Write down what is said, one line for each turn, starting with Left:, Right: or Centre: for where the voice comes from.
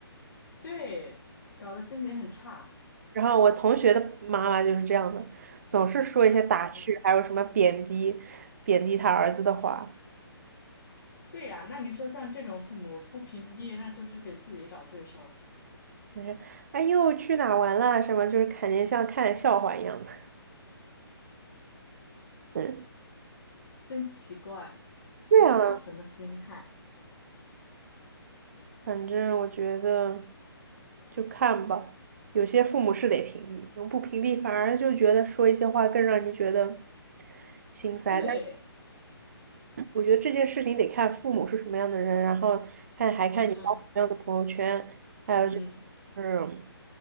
Left: 对，搞得心情很差，
Right: <laughs> 然后我同学的妈妈就是这样的，总是说一些打趣，
Left: 嗯，
Right: 还有什么贬低贬低他儿子的话。
Left: 对呀。那你说像这种父母不屏蔽，那就是给自己找罪受，
Right: 就是哎呦去哪玩啦什么，就是肯定像看笑话一样的。嗯，
Left: 真奇怪，
Right: 对啊，
Left: 也不知道什么心态。
Right: 反正我觉得就看吧，有些父母是得屏蔽，不屏蔽反而就觉得说一些话更让你觉得心塞。
Left: 对，
Right: 但是我觉得这件事情得看父母是什么样的人，然后看还看你发什么样的朋友圈，
Left: 嗯，
Right: 还有就
Left: 嗯
Right: 是